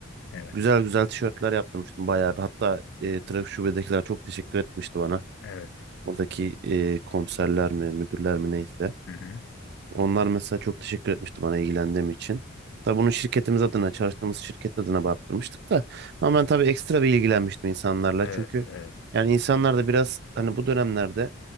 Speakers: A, on the left; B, on the right.
A: evet,
B: Güzel güzel tişörtler yaptırmıştım bayağı bir. Hatta e, trafik şubedekiler çok teşekkür etmişti bana.
A: evet,
B: Oradaki e, komiserler mi müdürler mi neyse.
A: hı hı,
B: Onlar mesela çok teşekkür etmişti bana ilgilendiğim için. Tabii bunu şirketimiz adına çalıştığımız şirket adına baktırmıştık da. Ama ben tabii ekstra bir ilgilenmiştim insanlarla.
A: evet,
B: Çünkü
A: evet.
B: yani insanlar da biraz hani bu dönemlerde